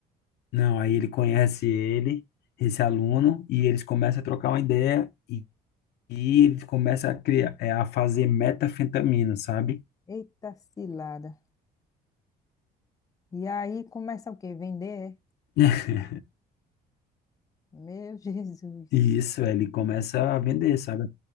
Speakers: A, on the left; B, on the left.
A: Não, aí ele conhece ele, esse aluno, e eles começam a trocar uma ideia e, e ele começa a criar, é, a fazer metanfetamina, sabe?
B: é? Eita cilada. E aí começa o quê? Vender? é?
A: <laughs>
B: Meu <laughs> Jesus.
A: E Isso, ele começa a vender, sabe?